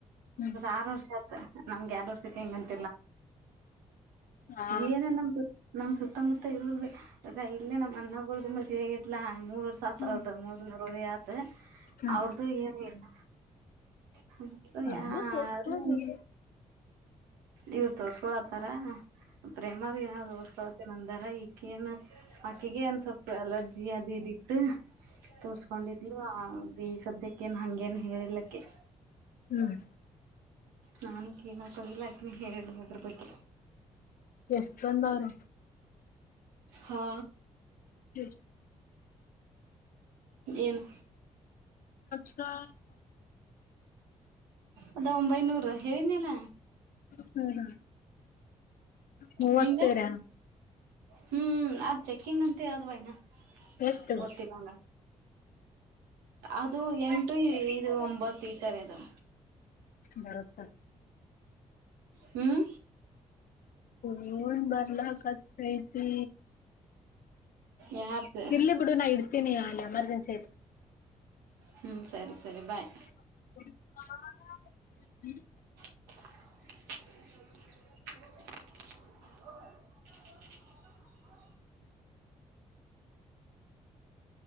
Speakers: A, on the left; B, on the right.
A: ಹ್ಮ್
B: ಆರು ವರ್ಷ ಆತ್ ನಮ್ಗೆ ಎಡ್ ವರ್ಷಕ್ಕೆ ಹೆಂಗಂತ
A: ಹಾ
B: ಏನ ನಮ ನಮ್ ಸುತ್ತ ಸುತ್ತಮುತ್ತ ಇರುದು ಅ ಇಲ್ಲೇ ನಮ್ಮ್ ಅನ್ನ್ದ ಹೇಗತ್ಲಾ ಮೂರ್ವರ್ತ್
A: ಹ್ಮ್
B: ಅವ್ರ್ದ ಮೂರ್ ನೂರವರೆ ಆತ್
A: ಹ್ಮ್
B: ಅವ್ರದು ಹೇಗಿಲ್ಲ ಹ
A: ಅದು
B: ಯಾರು
A: ತೋರ್ಸ್ಕೊಳ್ ಹ್ಮ್
B: ಇವ್ರ ತೋರ್ಸ್ಕೊ ಆತಾರ ಪ್ರೇಮ್ರ ಏನ ತೋರ್ಸ್ತತಿ ನಂದಾರ ಈಕೇಏನ್ ಆಕಿಗೆ ಏನ್ ಸ್ವಲ್ಪ ಅಲರ್ಜಿ ಅ ದಿ ದಿತ್ತು ತೋರ್ಸ್ಕೊಂಡಿದ್ಲು ಅ ಈ ಸತಿ ಕೇನ್ ಹಂಗೇನ್ ಹೇಳಿಲ್ಲಕ್ಕೆ
A: ಹ್ಮ್
B: ನಾನು ಹೇಗಾಕದಿಲ್ಲ ಯಾಕನ ಹೇಳಿಲ್ಲ ಅದ್ರ ಬಗ್ಗೆ
A: ಎಷ್ಟ ಬಂದ ಅವರು
B: ಹಾ
A: ಎ
B: ಏನು
A: ಕ್ಷಾ
B: ಅದ ಒಂಬೈನೂರ ಹೇಳದ್ನಲ್ಲ
A: ಹ್ಮ ಮೂವತ್
B: ನಿಂಗೆ
A: ಸಾವಿರ
B: ಹ್ಮ್ ಅದ್ ಚೆಕ್ಕಿಂಗ್ ಅಂತ ಅ್ವಯನಾ
A: ಎಷ್ಟು
B: ಗೊತ್ತಿಲ್ಲಂಗ ಅದು ಎಂಟು ಇದು ಒಂಬತ್ತು ಈ ಸರಿ ಅದು
A: ಬರುತ್ತ
B: ಹ್ಮ್
A: ಹೋ ಬರ್ಲಕತ್ ಐತಿ
B: ಯಾರ್ದು
A: ಇರ್ಲಿ ಬಿಡು ನಾ ಇಡ್ತೀನಿ ಅಲ್ಲ ನ್ಸಿ
B: ಹ್ಮ್ ಸರಿ ಸರಿ ಬಾಯ್
A: ಹ್ಮ
B: <inaudible> <inaudible>